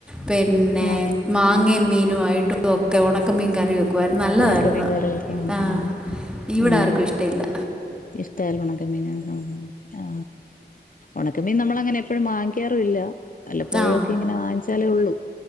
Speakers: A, in the centre; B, on the left.
A: പിന്നെ
B: ആഹ്
A: മാങ്ങ മീനുമായിട്ടും ഒക്കെ ഉണക്ക മീൻ കറിവെക്കും ക്കുവായിരുന്നു നല്ലതായിരുന്നു
B: ഉണക്കമീൻ കറി വെക്കും
A: ആഹ്
B: ഉം
A: ഇവിടെ
B: ഉം
A: ആർക്കും ഇഷ്ടമില്ല
B: ഇഷ്ടല്ല ഉണക്കമീൻ ആ ഉണക്കമീൻ നമ്മളങ്ങനെ എപ്പോഴും വാങ്ങി ക്കാറുല്ല വല്ലപ്പോഴൊക്കെ
A: ആ
B: ഇങ്ങനെ വാങ്ങിച്ചാലേ ഉള്ളൂ